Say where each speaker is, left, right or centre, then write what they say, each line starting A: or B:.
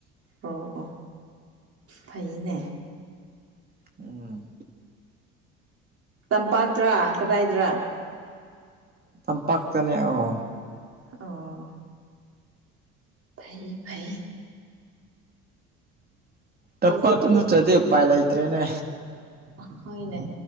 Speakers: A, on the right; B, on the right.
A: ꯑꯣ ꯑꯣ ꯐꯩꯅꯦ
B: ꯎꯝ
A: ꯇꯝꯄꯥꯛꯇ꯭ꯔꯥ ꯀꯗꯥꯏꯗꯔꯥ
B: ꯇꯝꯄꯥꯛꯇꯅꯦ ꯑꯣ
A: ꯑꯣ ꯐꯩ ꯐꯩ
B: ꯇꯞꯄꯥꯛꯥꯛꯇꯗ
A: ꯍꯧꯖꯤꯛꯇꯤ
B: ꯆꯗꯦ ꯎꯄꯥꯏ ꯂꯩꯇ꯭ꯔꯦꯅꯦ
A: ꯑ ꯍꯣꯏꯅꯦ